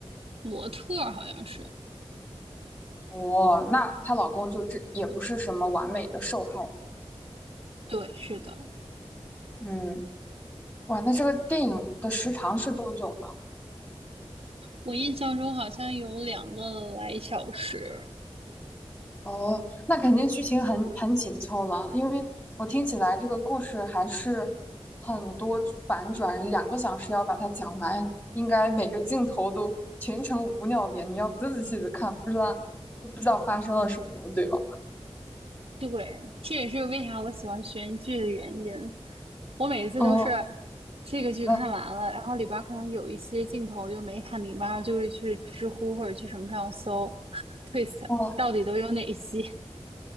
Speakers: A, on the right; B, on the left.
A: 模特儿，好像是。
B: 哦，那她老公就这也不是什么完美的受害人。
A: 对，是的，
B: 嗯，哇，那这个电影的时长是多久呢？
A: 我印象中好像有两个来小时。
B: 哦，那肯定剧情很很紧凑了，因为我听起来这个故事还是很多反转，两个小时要把它讲完，应该每个镜头都全程无尿点，你要仔仔细细的看，不知道就不知道发生了什么，对吧？
A: 对，这也是为啥我喜欢悬疑剧的原因。我每一次都是
B: 哦，
A: 这个剧看完了，
B: 那
A: 然后里边儿可能有一些镜头就没看明白，然后就会去知乎或者去什么上搜 <laughs> twist
B: 哦。
A: 到底都有哪些。